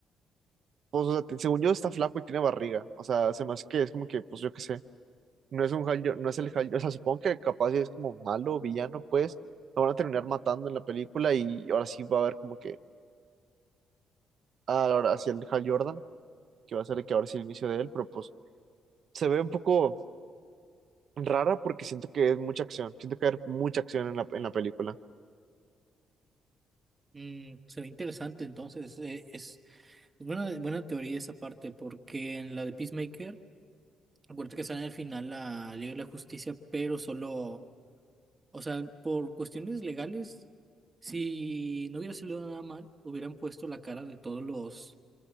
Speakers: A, on the right; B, on the right.
A: pues o sea, según yo está flaco y tiene barriga, o sea, se me hace que es como que, pues yo qué sé. No es un Hal, Jor- no es el Hal, o sea, supongo que capaz si es como malo o villano, pues lo van a terminar matando en la película y ahora sí va a haber como que, ah, ahora hacia el Hal Jordan, que va a ser el que ahora sí el inicio de él, pero pues se ve un poco rara porque siento que es mucha acción, siento que hay mucha acción en la, en la película.
B: Mm, se ve interesante, entonces eh, es, es buena, buena teoría esa parte, porque en la de Peacemaker, acuérdate que sale en el final la Liga de la Justicia, pero solo, o sea, por cuestiones legales, si no hubiera salido nada mal, hubieran puesto la cara de todos los,